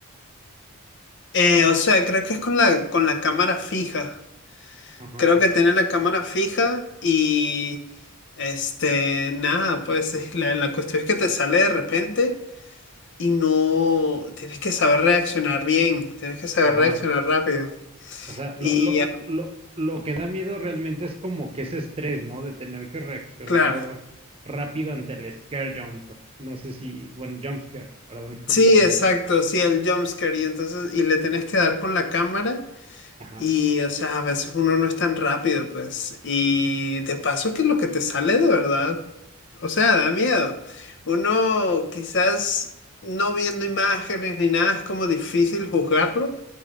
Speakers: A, on the left (about 55°); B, on the right (about 25°).
A: Eh, o sea, creo que es con la, con la cámara fija.
B: Ajá,
A: Creo que tiene la cámara fija y este, nada, pues es la, la cuestión es que te sale de repente y no tienes que saber reaccionar bien, tienes que saber
B: ajá.
A: reaccionar rápido.
B: O sea, lo,
A: Y
B: lo,
A: ah,
B: lo, lo que da miedo realmente es como que ese estrés, ¿no? De tener que reaccionar
A: claro,
B: rápido ante el scare jump. No sé si, bueno, jump scare, perdón, siempre
A: sí,
B: le cambio
A: exacto,
B: el nombre.
A: sí, el jumpscare y entonces, y le tienes que dar con la cámara
B: Ajá,
A: Y, o sea, a veces uno no es tan rápido, pues. Y de paso que lo que te sale de verdad, o sea, da miedo. Uno quizás no viendo imágenes ni nada es como difícil juzgarlo,